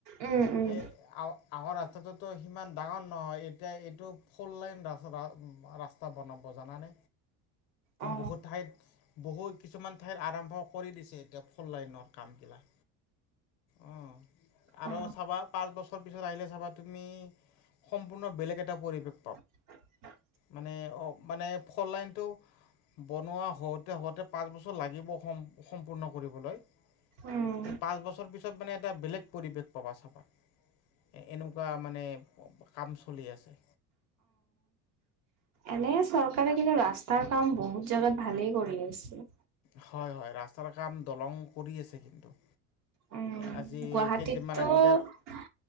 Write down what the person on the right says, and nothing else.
উম উম
অ
অ
<unintelligible>
উম
এনেই চৰকাৰে কিন্তু ৰাস্তাৰ কাম বহুত জেগাত ভালেই কৰি আছে।
উম,
গুৱাহাটীতটো